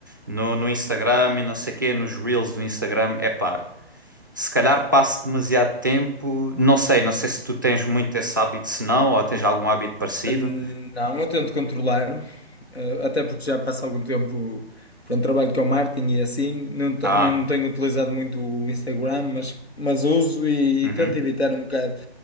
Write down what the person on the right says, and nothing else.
No, no Instagram e não sei quê, nos Reels do Instagram. É pá, se calhar passo demasiado tempo. Não sei, não sei se tu tens muito esse hábito, se não, ou tens algum hábito parecido.
Ah,
uhum.